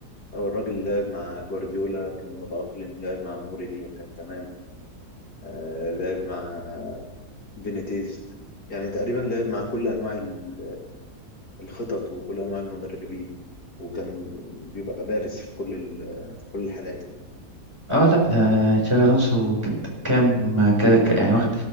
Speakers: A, on the left; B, on the right.
A: هو الراجل لعب مع جوارديولا كان متأقلم لعب مع مورينيو كان تمام آه لعب مع بينيتيز يعني تقريبا لعب مع كل أنواع ال- الخطط وكل أنواع المدربين وكان بيبقى بارز في كل ال- في كل الحالات يعني
B: اه لا ده تشافي الونسو كنت كام ك- ك- يعني واخد